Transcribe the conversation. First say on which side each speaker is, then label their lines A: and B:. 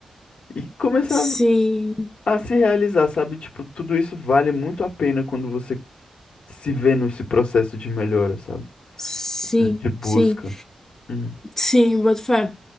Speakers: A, on the left (about 65°); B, on the left (about 15°).
A: e começar
B: Sim,
A: a se realizar, sabe? Tipo, tudo isso vale muito a pena quando você se vê nesse processo de melhora, sabe?
B: sim,
A: De busca.
B: sim.
A: Hum.
B: Sim, boto fé.